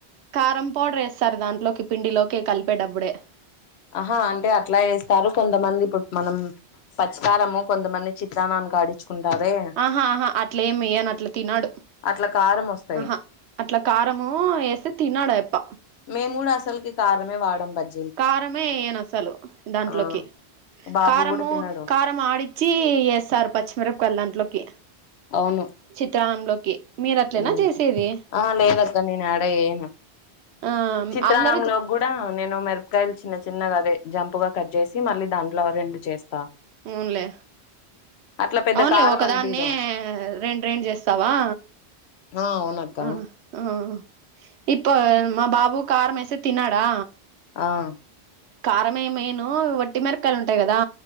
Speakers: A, on the right; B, on the left.
A: కారం పౌడర్ ఏస్తారు, దాంట్లోకి పిండిలోకి కలిపేటప్పుడే
B: అహా అంటే అట్ల ఏస్తారు, కొంతమంది ఇప్పుడు మనం పచ్చికారము కొంతమంది చిత్రాన్నానికి ఆడి చ్చుకుంటారే
A: ఆహ ఆహ అట్లేం ఏయను అట్ల తినడు
B: అట్లా కారం వస్తాయి
A: ఆహ అట్ల కారము ఏస్తే తినడు ఆయప్ప
B: మేము గూడ అసల్కి కారమే వాడం బజ్
A: కారమే ఏయను అసలు దాంట్లోకి
B: ఆ బాబు
A: కారము
B: కూడా తినడు
A: కారం ఆడి చ్చి ఏస్తారు పచ్చిమిరపకాయలు దాంట్లోకి
B: అవును
A: చిత్రాన్నంలోకి మీరు అట్లేనా
B: మ్
A: చేసేది
B: ఆ లేదక్క నేను ఏడ ఏయను
A: ఆ
B: చిత్రాన్నంలో
A: అందరూ
B: గూడా నేను మిరపకాయలు చిన్న చిన్నగా అదే జంపుగా కట్ చేసి మళ్ళీ దాంట్లో రెండు చేస్తా
A: అవున్లే
B: అట్లా పెద్ద
A: అవున్లే
B: కారం
A: ఒకదాన్నే
B: అనిపిదు
A: రెండు రెండు చేస్తవా
B: ఆ అవునక్క
A: ఆ ఆ ఇప్ప మా బాబు కారమేస్తే తినడా
B: ఆ
A: కారమేం ఏయను వట్టి మిరకాయలు ఉంటాయి గదా